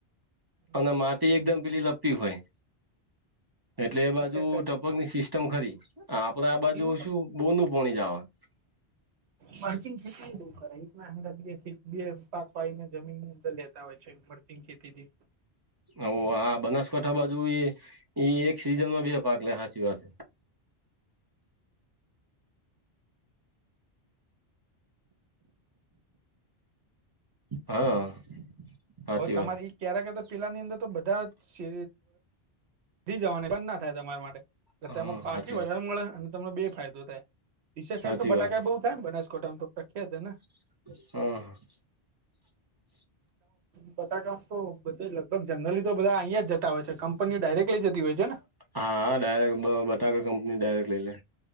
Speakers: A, on the right; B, on the right.
A: હા,
B: અને માટી એકદમ પેલી લપટી હોય. એટલે
A: એમને
B: એ બાજુ
A: ઈ સાઈડ કરે.
B: ટપકની સિસ્ટમ ખરી આપડે આ બાજુ
A: ઈ મતલબ
B: શું. બોનું પોણી જ આવ. <inaudible>
A: પર્કિંગ <unintelligible> કરાય બે પા પાને જમીન ની અંદર લે. આવેય છે ફરતીંગ ખેતી થી.
B: હ આ બનાસકાંઠા બાજુ એ એક સીઝન માં બે પાક લે સાચી વાત. હા. હાચી
A: હવે તમારે
B: વાત
A: ક્યારે કરતા પેલા ની અંદર તો બધા સે, જવાની બંધ ના થાય તમારા માટે એટલે
B: હા
A: તેમાં પાક
B: હાચી
A: અ વધાર
B: વાત
A: મળે. તમને બે ફાયદો થાય ડીસા સાઇડ
B: હાચી
A: તો બટાકા
B: વાત
A: બઉુ થાય ને બનાસકોંઠામાં તો પ્રખ્યાત ને,
B: હમ હ.
A: બટાકામાં હું બંધ લગભગ જનરલી તો બધા અહીયાયા જ જતા હોય છે કંપનીઓ ડાયરેક્ટ લી જતી હોય. છે ને
B: હા ડાયરેક્ટ બ બટાકા કંપની ડાયરેક્ટ લઈ લે.